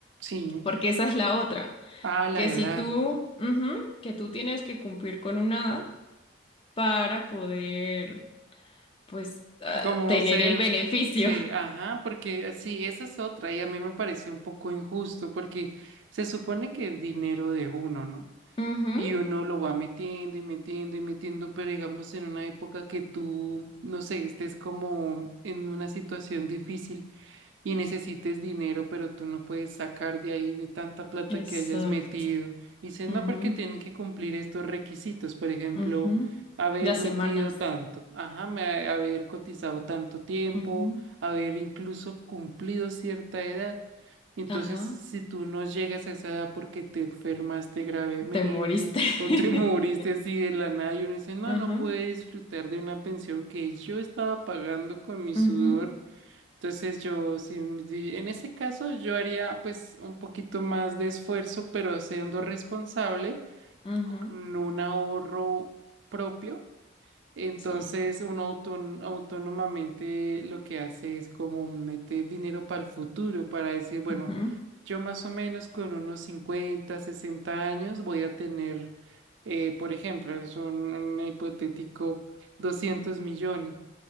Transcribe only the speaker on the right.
Sí,
a la
edad,
como
ser,
sí, ajá, porque eh, sí, esa es otra y a mí me parece un poco injusto porque se supone que es dinero de uno, ¿no?
Y uno lo va metiendo y metiendo y metiendo, pero digamos en una época que tú, no sé, estés como en una situación difícil y necesites dinero, pero tú no puedes sacar de ahí de tanta plata
que hayas metido. Y dices,
no, porque tienen que cumplir estos requisitos, por ejemplo,
haber
metido
tanto, ajá, me- haber cotizado tanto tiempo,
haber incluso cumplido cierta edad. Entonces,
si tú no llegas a esa edad porque te enfermaste gravemente
o
te <laughs> moriste así de la nada y uno dice, no,
no puede disfrutar de una pensión que yo estaba pagando con mi sudor.
Entonces yo, sí, di- en ese caso yo haría pues un poquito más de esfuerzo, pero siendo responsable
con un ahorro propio. Entonces
uno autón- autónomamente lo que hace es como meter dinero para el futuro, para decir, bueno,
yo más o menos con unos 50 60 años voy a tener, eh, por ejemplo, es un, un hipotético 200 millones.